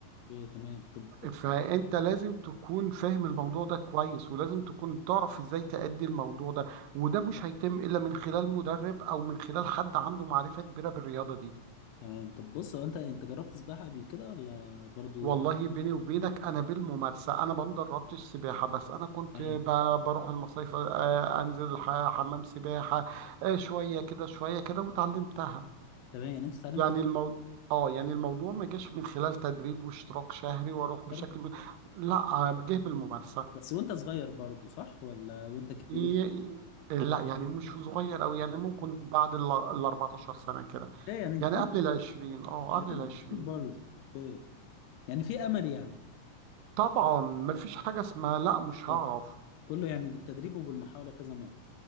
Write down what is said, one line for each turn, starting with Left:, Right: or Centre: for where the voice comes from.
Left: ايه تمام طب
Right: فانت لازم تكون فاهم الموضوع ده كويس ولازم تكون تعرف ازاي تأدي الموضوع ده وده مش هيتم الا من خلال مدرب او من خلال حد عنده معرفة كبيرة بالرياضة دي
Left: تمام طب بص هو انت انت جربت سباحه قبل كده ولا برضو
Right: والله
Left: لا
Right: بيني وبينك انا بالممارسه انا ما دربتش سباحه بس انا كنت
Left: تمام
Right: ب- بروح المصايف آه، انزل ح- حمام سباحه آه، شويه كده شويه كده وتعلمتها
Left: تمام يعني انت اتعلمت
Right: يعني
Left: لوحدك
Right: المو... اه يعني الموضوع ما جاش من خلال تدريب واشتراك شهري واروح بشكل
Left: برضو.
Right: ب- لا آه، جه بالممارسه
Left: بس وانت صغير برضو صح ولا وانت كبير
Right: ي- لا يعني مش صغير قوي يعني ممكن بعد ال ال 14 سنه كده
Left: ايه يعني
Right: يعني
Left: كبير
Right: قبل ال 20 اه
Left: هتقول
Right: قبل ال 20
Left: كبير برضو ايه يعني في امل يعني
Right: طبعا ما فيش حاجه اسمها لا مش
Left: ايه
Right: هعرف
Left: كله يعني بالتدريب وبالمحاوله كذا مره